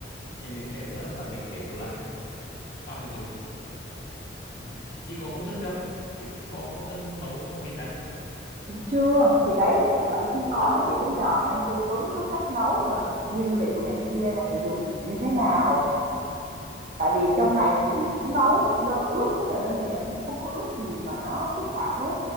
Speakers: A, on the left; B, on the right.
A: thì mình có thể ướp và mình để tủ lạnh sau mình dùng ừ. chị, chị có công thức chưa chị có công thức nấu thịt rán chưa
B: ừm, chưa, thì đấy, chính vì vậy chưa có nên chị mới nhờ em tư vấn cái cách nấu rồi nguyên liệu này kia này dùng như thế nào. Tại vì trong
A: Ừ.
B: này thì chị cũng nấu cũng đơn ướp rất là đơn giản, không có ướp gì mà nó phức tạp hết.